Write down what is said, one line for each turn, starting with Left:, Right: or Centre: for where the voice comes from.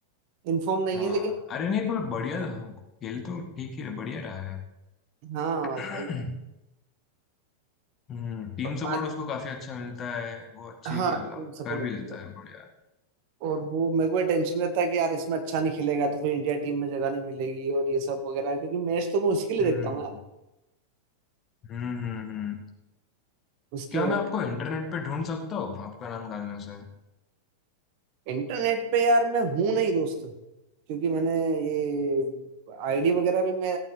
Right: इन्फॉर्म नहीं
Left: हाँ
Right: है लेकिन
Left: अरे नहीं पर बढ़िया तो- खेल तो ठीक ही बढ़िया रहा है
Right: हाँ
Left: <clears throat>
Right: बस भाई
Left: हम्म टीम
Right: बाकी-
Left: सपोर्ट उसको काफी अच्छा मिलता है वो अच्छी
Right: हाँ
Left: मतलब
Right: टीम सपोर्ट
Left: कर भी लेता है बढ़िया
Right: और वो मेरे को टेंशन रहता है कि यार इसमें अच्छा नहीं खेलेगा तो फिर इंडिया टीम में जगह नहीं मिलेगी और ये सब वगैरह क्योंकि मैच तो मैं उसके लिए
Left: हम्म
Right: देखता हूँ यार
Left: हम्म हम्म हम्म।
Right: उसकी
Left: क्या
Right: वजह
Left: मैं आपको इंटरनेट पे ढूंढ सकता हूँ आपका नाम डालने से
Right: इंटरनेट पे यार मैं हूँ नहीं दोस्त क्योंकि मैंने ये आईडी वगैरह भी मैं